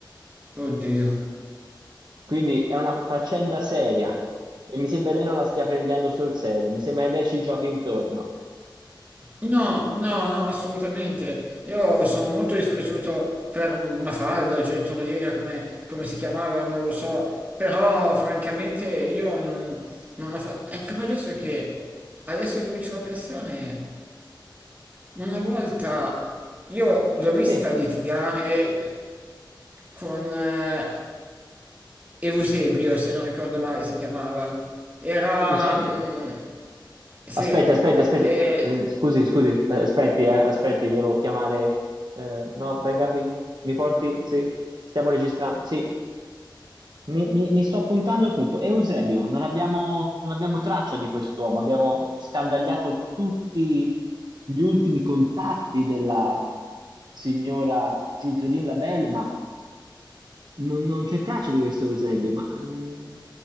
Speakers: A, on the right; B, on the right.
A: Oddio.
B: Quindi è una faccenda seria e mi sembra che lei non la stia prendendo sul serio. Mi sembra che lei ci giochi intorno.
A: No, no, no, assolutamente. Io sono molto dispiaciuto per Mafalda, Gentorlina, come, come si chiamava, non lo so, però francamente io non, non la fa... E però adesso che, adesso che mi ci fa pensare, una volta io l'ho vista
B: Sì,
A: litigare con eh, Eusebio, se non ricordo male si chiamava. Era...
B: Eusebio.
A: mm, sì,
B: Aspetti, aspetti, aspetti.
A: e
B: Eh, scusi, scusi, eh, aspetti, eh, aspetti, devo chiamare. eh, no, venga qui. Mi porti? Sì, stiamo registrando. Sì, mi, mi- mi sto appuntando tutto. Eusebio, non abbiamo, non abbiamo traccia di quest'uomo. Abbiamo scandagliato tutti gli ultimi contatti della signora Giultredin Labelle, ma non, non c'è traccia di questo Eusebio. Ma eh,